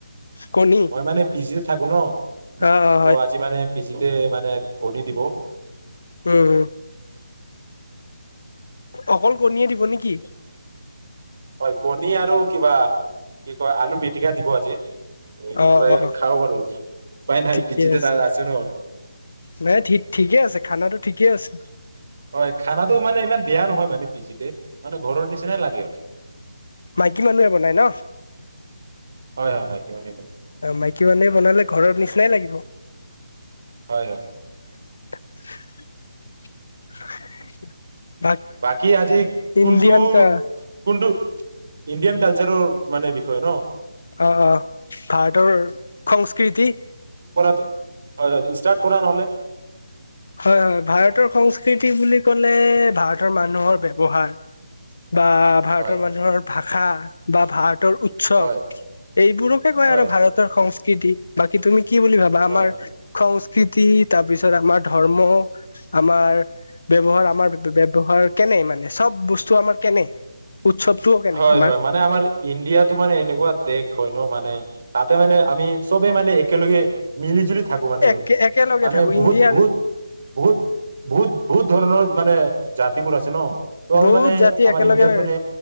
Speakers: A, on the left; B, on the right.
A: কণী
B: মই মানে পিজিত থাকো ন।।
A: অ অ হয়
B: ত' আজি মানে পিজিতে-মানে কণী দিব।
A: উম-উম অকল কণীয়ে দিব নেকি?
B: হয় কণী আৰু কিবা কি কয় আলু পিটিকা দিব আজি। এইটো
A: অ
B: প্ৰায়
A: অ
B: খাও আৰু উপায় নাই
A: ঠিকে
B: পিজিতে
A: আছে
B: তাত আছোঁ ন।
A: নাই ঠিক-ঠিকে আছে, খানাটো ঠিকে আছে।
B: হয়, খানাটো মানে ইমান বেয়া নহয় মানে পিজিতে, মানে ঘৰৰ নিচিনাই লাগে।
A: মাইকী মানুহে বনাই ন?
B: হয়-হয়, মাইকী মানুহে বনাই।
A: অ' মাইকী মানুহে বনালে ঘৰৰ নিচিনাই লাগিব।
B: হয়-হয়।
A: <inaudible>
B: বাকী আজি
A: ইণ্ডিয়ান
B: কোনটো-কোনটো
A: কা
B: ইণ্ডিয়ান কালচাৰৰ মানে বিষয় ন।
A: অ-অ, ভাৰতৰ সংস্কৃতি
B: হয়-হয় ষ্টাৰ্ট কৰা নহ'লে।
A: হয়-হয়, ভাৰতৰ সংস্কৃতি বুলি ক'লে ভাৰতৰ মানুহৰ ব্যৱহাৰ। বা, ভাৰতৰ
B: হয়
A: মানুহৰ ভা ষা বা ভাৰত আৰু উৎসৱ,
B: হয়
A: এইবোৰকে কয়
B: হয়
A: আৰু ভাৰতৰ সংস্কৃতি। বাকী তুমি কি বুলি ভাবা?
B: হয়
A: আমাৰ সংস্কৃত তি, তাৰ পিছত আমাৰ ধৰ্ম, আমাৰ ব্যৱহাৰ আমাৰ ব্য-ব্যৱহাৰ। কেনে, মানে চব বস্তু আমাৰ কেনে? উৎসৱটোও কেনে
B: হয়-হয়,
A: আমাৰ
B: মানে আমাৰ ইণ্ডিয়াতো মানে এনেকুৱা দেশ হয় ন মানে, তাতে মানে আমি চবেই মানে একেলগে মিলি জুলি থাকো মানে-মানে
A: একে একেলগে থাকো
B: বহুত
A: ইণ্ডিয়াৰ
B: বহুত-বহুত-বহুত-বহুত, ধৰণৰ মানে জাতি বোৰ আছে ন ত' আমি
A: বহুত
B: মানে
A: জাতি
B: আমাৰ
A: একেলগে
B: ইণ্ডিয়াত মানে